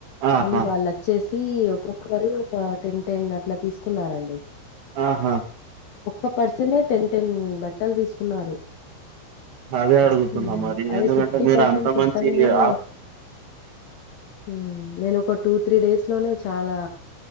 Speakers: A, on the right; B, on the left.
A: ఆహా
B: అని వాళ్ళక్ చ్చేసి ఒక్కొక్కరు ఆ టెన్ టెన్ అట్లా తీసుకున్నారండి
A: ఆహా
B: ఒక్క పర్సనే టెన్ టెన్ బట్టల్ తీసుకున్నారు
A: అదే అడుగుతున్నా
B: ఉమ్
A: మరి
B: అదే
A: ఎందుకంటే
B: ఫిఫ్టీ
A: మీరు
B: పర్సెంట్
A: అంత
B: పెట్టగానే
A: మంచి ఆ
B: ఉమ్ నేనొక టూ త్రీ డేస్ లోనే చాలా